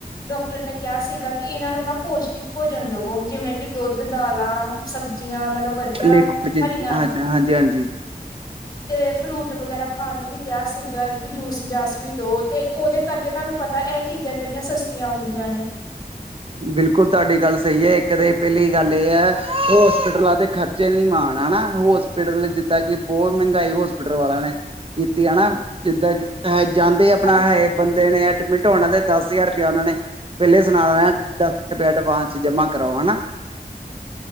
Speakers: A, on the left; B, on the right.
A: ਡਾਕਟਰ ਨੇ ਕਿਹਾ ਸੀਗਾ ਕਿ ਇਨਾਂ ਨੂੰ ਨਾ ਪੌਸ਼ਟਿਕ ਭੋਜਨ ਦੇਵੋ। ਜਿਵੇਂ ਕਿ ਦੁੱਧ, ਦਾਲਾਂ, ਸਬਜ਼ੀਆਂ, ਮਤਲਬ ਵੀਆ ਯਾ
B: ਲਿਕੁਡ ਚ
A: ਹਰੀਆਂ
B: ਹਾਂਜੀ ਹਾਂਜੀ ਹਾਂਜੀ
A: ਤੇ ਫਰੂਟ ਵਗੈਰਾ ਖਾਣ ਨੂੰ ਵੀ ਕਿਹਾ ਸੀਗਾ, ਕਿ ਜੂਸ ਜਾਸ ਵੀ ਦੋ ਤੇ ਉਹਦੇ ਕਰਕੇ ਤੁਹਾਨੂੰ ਪਤਾ ਤਾ ਇਹ ਚੀਜ਼ਾਂ ਕਿਹੜੀਆਂ ਸਸਤੀਆਂ ਆਉਂਦੀਆਂ ਨੇ।
B: ਬਿਲਕੁਲ ਤੁਹਾਡੀ ਗੱਲ ਸਹੀ ਹੈ, ਇੱਕ ਤਾਂ ਪਹਿਲੀ ਗੱਲ ਏ ਹੈ, ਹੋਸਪਿਟਲਾਂ ਦੇ ਖਰਚ ਚੈਨੀ ਮਾਨ ਐ ਹਨਾ ਹੋਸਪਿਟਲ ਜਿੱਦਾਂ ਕੇ ਬਹੁ ਮੈਂਗਾਈ ਹੋਸਪਿਟਲ ਵਾਲੇਆਂ ਨੇ ਕੀਤੀ ਐ ਹਨਾ ਜਿੱਦਾਂ ਕੀ ਹੈ ਜਾਂਦੇ ਆਪਨਾ
A: ਹਾਂਜੀ
B: ਹੈ ਬੰਦੇ ਨੇ ਐਡਮਿਟ ਹੋਨਾ ਤੇ ਦਸ ਹਜ਼ਾਰ ਰੁਪਇਆ ਓਨਾ ਨੇ ਪੈਲੇ ਸੁਨਾ ਦੇਨਾ। ਦਸ ਹਜ਼ਾਰ ਰੁਪਏ ਐਡਵਾਂਸ ਚ ਜਮਾ ਕਰਾਓ ਹਨਾ।